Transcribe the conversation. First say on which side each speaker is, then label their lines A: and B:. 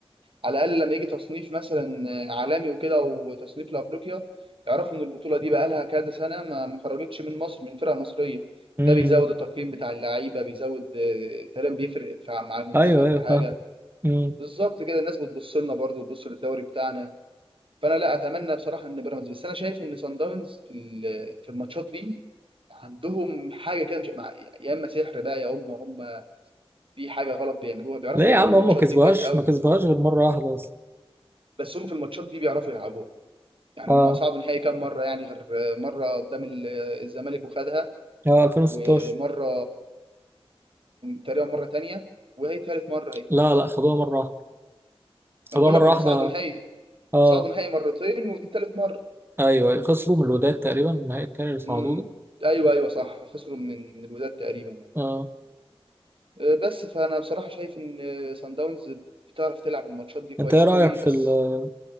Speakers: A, on the right (about 60°); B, on the right (about 20°).
A: على الاقل لما يجي تصنيف مثلا عالمي وكده وتصنيف لافريقيا يعرفوا ان البطوله دي بقى لها كذا سنه ما ما خرجتش من مصر من فرقه مصريه
B: امم
A: ده بيزود التقييم بتاع اللعيبه بيزود آه، كلام بيفرق في- مع المنتخب
B: ايوه ايوه
A: في حاجه
B: فاهم امم
A: بالظبط كده الناس بتبص لنا برضه بتبص للدوري بتاعنا فانا لا اتمنى بصراحه ان بيراميدز بس انا شايف ان سان داونز في ال- في الماتشات دي عندهم حاجه كده مش مع- يا اما سحر بقى يا اما هم في حاجه غلط بيعملوها بيعرفوا
B: ليه يا
A: يلعبوا
B: عم
A: الماتشات
B: هم ما كسبوهاش
A: دي كويس قوي
B: ما كسبوهاش غير مره واحده اصلا
A: بس هم في الماتشات دي بيعرفوا يلعبوها يعني
B: اه
A: هم صعدوا نهائي كام مره يعني غير مره قدام ال- الزمالك وخدها
B: اه 2016
A: ومره تقريبا مره تانية وهي تالت مره هي
B: لا لا خدوها مرة واحدة خدوها
A: انا بقول
B: مرة
A: لك هم
B: واحدة
A: صعدوا نهائي
B: اه
A: صعدوا نهائي مرتين ودي تالت مره
B: ايوه أيوة. خسروا من الوداد تقريبا النهائي التاني اللي صعدوه
A: امم
B: ده
A: ايوه ايوه صح خسروا من من الوداد تقريبا يعني
B: آه.
A: أه، بس فانا بصراحه شايف ان سان داونز بتعرف تلعب الماتشات دي كويس
B: انت ايه رأيك
A: قوي
B: في
A: بس
B: ال-